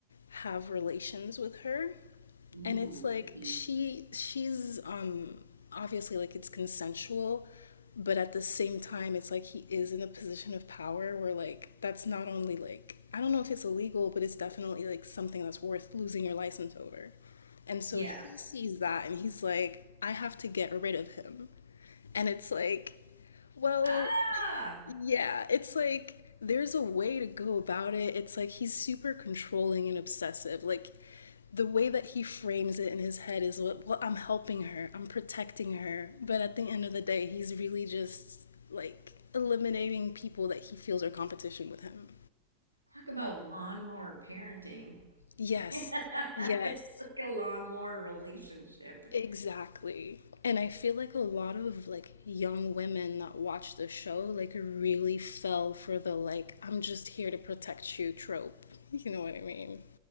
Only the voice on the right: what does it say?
Ooh,
icky.
Yeah.
Ah!
Talk about lawnmower parenting.
<laughs>
It's like a lawnmower relationship.